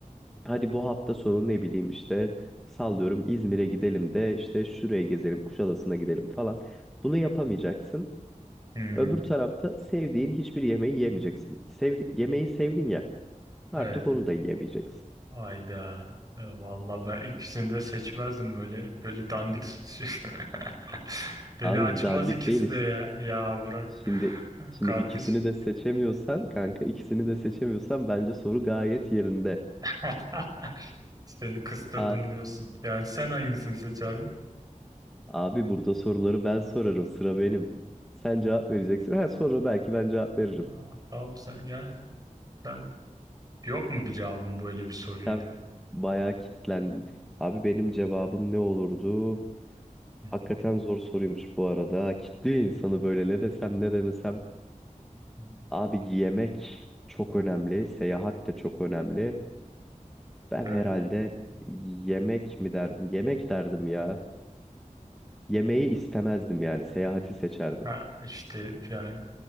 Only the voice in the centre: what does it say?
Hadi bu hafta sonu ne bileyim işte sallıyorum İzmir'e gidelim de işte şuraya gezelim Kuşadası'na gidelim falan. Bunu yapamayacaksın.
Öbür tarafta sevdiğin hiçbir yemeği yemeyeceksin. Sevdi yemeği sevdin ya artık
onu da yiyemeyeceksin.
Abi
bu dandik
değil
Şimdi
şimdi
ikisini de seçemiyorsan kanka ikisini de seçemiyorsan bence soru gayet yerinde.
A
abi burada soruları ben sorarım sıra benim. Sen cevap vereceksin. Her soru belki ben cevap veririm.
Sen
bayağı kitlendin. Abi benim cevabım ne olurdu?
Hakikaten zor soruymuş bu arada. Kitliyor insanı böyle ne desem ne demesem.
Abi yemek çok önemli. Seyahat de çok önemli. Ben
herhalde yemek mi derdim? Yemek derdim ya. Yemeği istemezdim yani seyahati seçerdim.